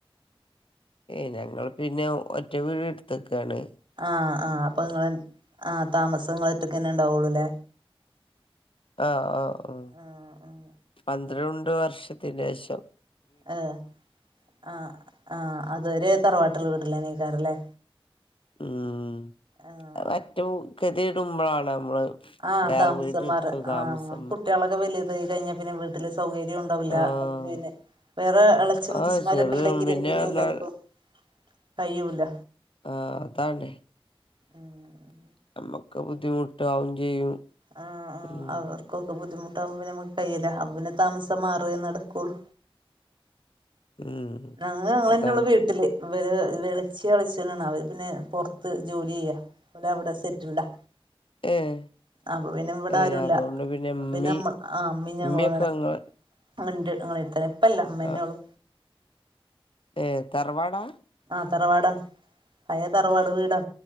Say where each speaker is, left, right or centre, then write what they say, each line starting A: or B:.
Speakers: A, on the left; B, on the right.
A: ഏയ് ഞങ്ങൾ പിന്നെ ഒറ്റ വീട് എടുത്തക്കാണ്
B: ആഹ് ആഹ് അപ്പൊ നിങ്ങൾ ആ് താമസങ്ങളറ്റൊക്കെ തന്നെ ഉണ്ടാവുള്ളൂ അല്ലേ
A: ആഹ ആഹ മ്മ്
B: ആഹ് ആഹ്
A: പന്ത്രണ്ട് വർഷത്തിനേഷം
B: ഏഹ് ആഹ് ആഹ് അത് വരെ തറവാട്ട്ള്ള വീട്ടിലേന്നേക്കാരല്ലേ
A: ഉം
B: ആഹ്
A: അത് പറ്റ കെതിയേടുമ്പളാണ് നമ്മള്
B: ആഹ്
A: വേറെ
B: താമസം
A: വീടെടുത്ത്
B: മാറാ
A: താമസം
B: ആഹ്
A: മാറി
B: കുട്ട്യാളൊക്കെ വലിതായി കഴിഞ്ഞ പിന്നെ വി ട്ടില് സൗകര്യം ഉണ്ടാവൂല
A: ആഹ്
B: അപ്പപിന്നെ വേറെ എളച്ചി മുത്തച്ഛിമാരോക്കെണ്ടെങ്കില്
A: ആഹ് ചെറിയ
B: പിന്നെ
A: പറഞ്ഞാൽ
B: എല്ലാർക്കും കയ്യുല്ല
A: ആഹ് അതാണെ
B: ഉം ഉം
A: നമ്മക്ക് ബുദ്ധിമുട്ടാവും ചെയ്യും
B: ആഹ്
A: ഉം
B: ആഹ് അവർക്കൊക്കെ ബുദ്ധിമുട്ടാവുമ്പോ നമക്ക് കയ്യില്ല അപ്പപിന്നെ താമസം മാറേ നടക്കൊള്ളൂ
A: ഉം
B: ഞങ്ങ ഞങ്ങളെനൊള്ളൂ
A: അതാണ്
B: വീട്ട്ല് ഇവര് എളച്ചി എളച്ചനാണ് അവര് പിന്നെ പൊറത്ത് ജോലിയ്യാ ഓല് അവിടെ സെറ്റിൽഡാ
A: ഏഹ്
B: അപ്പൊ പിന്നെ ഇവിടെ
A: ഏഹ്
B: ആരുല്ല
A: അതുകൊണ്ട് ഇമ്മീം
B: പിന്നെ നമ്മ ആഹ് അമ്മീ ഞങ്ങളും
A: ഇമ്മയൊക്കെ
B: അങ്ങനെ
A: ഇങ്ങളെ
B: <unintelligible> ഞങ്ങളെട്ത്തന്നെ ഇപ്പല്ല ഇമ്മന്നോള്ളു
A: ആഹ് ഏഹ് തറവാടാ
B: ആഹ് തറവാടാ പഴേ തറവാട് വീടാ